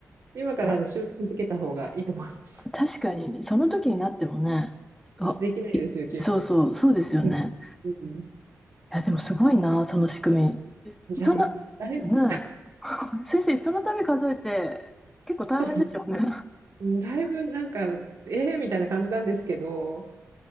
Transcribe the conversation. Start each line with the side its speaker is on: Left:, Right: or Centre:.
Right: 今からあの習慣づけた方がいいと思います。
Centre: あ、確かにその時になってもね、あ、
Right: <laughs> できないですよ、
Centre: いそうそう、
Right: 急に。
Centre: そうですよね。
Right: うんうん
Centre: や、でもすごいな、その仕組み。
Right: いや、
Centre: そんな、
Right: つだいぶ、
Centre: ねえ、先生、その度数えて、結構大変でしょうね、
Right: そうです。
Centre: <laughs>
Right: だいぶなんか、ええみたいな感じなんですけど、